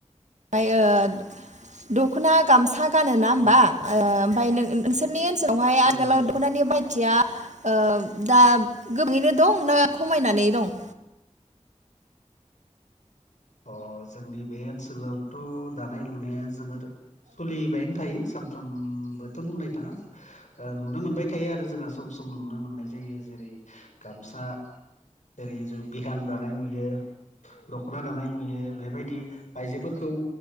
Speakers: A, on the right; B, on the left.
A: ओमफ्राय ओ दख'ना गामसा गानो ना होमबा
B: औ
A: ओ ओमफ्राय नो-नोंसोरनि ओनसोलावहाय‌
B: औ
A: आथिलाव
B: नंगौ
A: दख'नानि बाहायथिया ओ दा गोबाङैनो दं ना खमायनानै दं?
B: अ जोंनि बे ओनसोलावथ' दानाय लुनाया जोबोर सलिबायानो थायो। सानफ्रोमबोथ' बुंनाय थाङा ओ नुनो मोनबाय थायो आरो जोंहा सम सम नुनो मोननाय जायो जेरै गामसा जेरै जों बिहान दानाय नुयो दख'ना दानाय नुयो बेबायदि आइजोफोरखौ